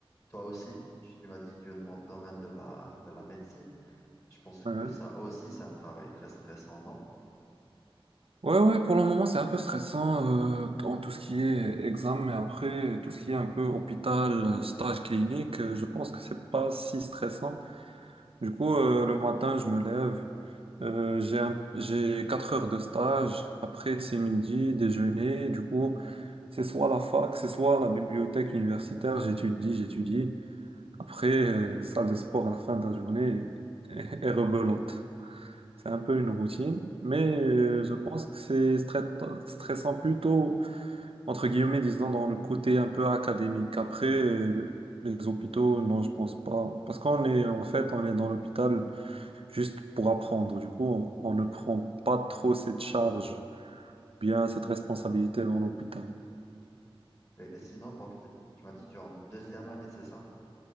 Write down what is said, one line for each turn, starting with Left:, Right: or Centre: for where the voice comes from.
Left: toi aussi, tu, tu m'as dit que tu es dans le domaine de la, de la médecine. Je pense
Right: Ouais,
Left: que ça aussi, c'est un travail très stressant, non?
Right: ouais, ouais, pour le moment, c'est un peu stressant euh, en tout ce qui est examen, mais après, tout ce qui est un peu hôpital, euh, stage clinique, euh, je pense que c'est pas si stressant. Du coup, euh, le matin, je me lève, euh, j'ai un- j'ai 4 heures de stage, après, c'est midi, déjeuner, du coup, c'est soit la fac, c'est soit la bibliothèque universitaire, j'étudie, j'étudie, après, euh, salle de sport à la fin de la journée et, <laughs> et rebelote. C'est un peu une routine, mais euh, je pense que c'est strett- stressant plutôt, entre guillemets, disons, dans le côté un peu académique. Après, euh, les hôpitaux, non, je pense pas. Parce qu'on est, en fait, on est dans l'hôpital juste pour apprendre. Du coup, on, on ne prend pas trop cette charge, bien cette responsabilité dans l'hôpital.
Left: Et, et sinon, donc, t- tu m'as dit que tu es en deuxième année, c'est ça?